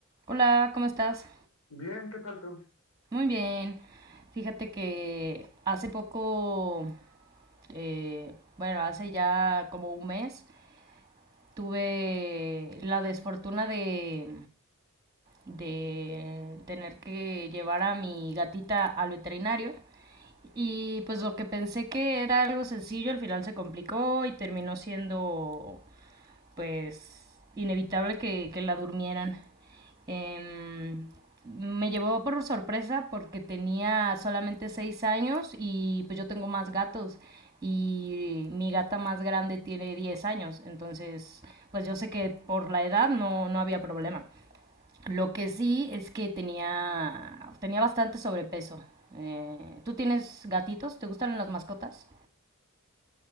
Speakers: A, on the right; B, on the left.
A: Hola, ¿cómo estás?
B: Bien, ¿qué tal tú?
A: Muy bien. Fíjate que hace poco, eh, bueno, hace ya como un mes, tuve la desfortuna de, de tener que llevar a mi gatita al veterinario. Y pues lo que pensé que era algo sencillo, al final se complicó y terminó siendo pues inevitable que, que la durmieran. Eh, me llevó por sorpresa porque tenía solamente seis años y pues yo tengo más gatos y mi gata más grande tiene 10 años, entonces pues yo sé que por la edad no, no había problema. Lo que sí es que tenía, tenía bastante sobrepeso. Eh, ¿Tú tienes gatitos? ¿Te gustan las mascotas?